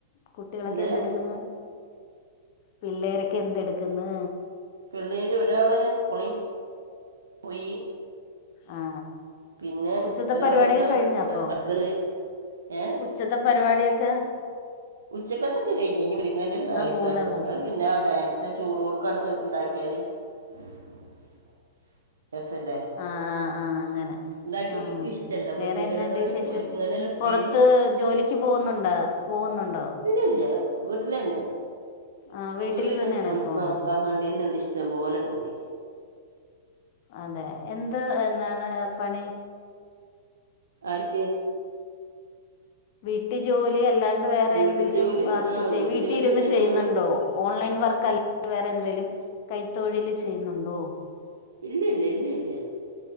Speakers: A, on the left (about 50°); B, on the right (about 80°).
A: കുട്ടികളൊക്കെ
B: എന്ത്
A: എന്തെടുക്കുന്നു പിള്ളേരൊക്കെ എന്ത് എടുക്ക്ന്ന്
B: പിള്ളേര് ഒരാള് സ്കൂളിൽ പോയി
A: ആ
B: പിന്നെ
A: ഉച്ചത്തെ
B: ഒരാളിതാ
A: പരിപാടിക്കെ കഴിഞ്ഞപ്പൊ
B: അവിടെ കളിക്കണ് ഏ
A: ഉച്ചത്തെ പരിപാടിക്- ക
B: ഉച്ചക്കത്തൊക്കെ കഴിഞ്ഞു <unintelligible> നാളിക്കാണ്ട്
A: പോകുന്നേ ഉള്ളോ
B: അത് പിന്നെ നേരത്തെ ചൂടോ <unintelligible> <unintelligible> രസല്ലേ
A: ആ ആ ആ അങ്ങനെ
B: ഉണ്ടാക്കി
A: ആ
B: എനിക്ക് ഇഷ്ടമല്ല
A: വേറെ
B: മുരിങ്ങൻ്റെ
A: എന്താണ്ട്
B: കറി
A: വിശേഷം
B: മുരിങ്ങൻ്റെ ഉപ്പേരി
A: പുറത്ത് ജോലിക്ക് പോകുന്നുണ്ടാ പോകുന്നുണ്ടോ
B: ല്ല വീട്ടില് തന്നെ
A: ആ വീട്ടിൽ
B: വീട്ടില്
A: തന്നെയാണോ
B: നിക്
A: ഇപ്പോൾ
B: നോക്കാൻ വേണ്ടിട്ടണ്ട് ഇഷ്ട ട്ടം പോലെ പണി
A: അതെ എന്ത് എന്നാണ് പണി
B: ആർക്ക്
A: വീട്ടു ജോലി എല്ലാം വേറെ
B: വീട്ടു
A: എന്തെങ്കിലും
B: ജോലി
A: വർക്ക്
B: ആ വീട്ടു
A: വീട്ടിൽ
B: ജോലി
A: ഇരുന്ന്
B: തന്നെ
A: ചെയ്യുന്നുണ്ടോ
B: നമ്മൾ
A: ഓൺലൈൻ വർക്ക് അല് അ വേറെന്തേലിലും കൈത്തൊഴില് ചെയ്യുന്നുണ്ടോ
B: ഇല്ല ഇല്ല ഇല്ല ഇല്ല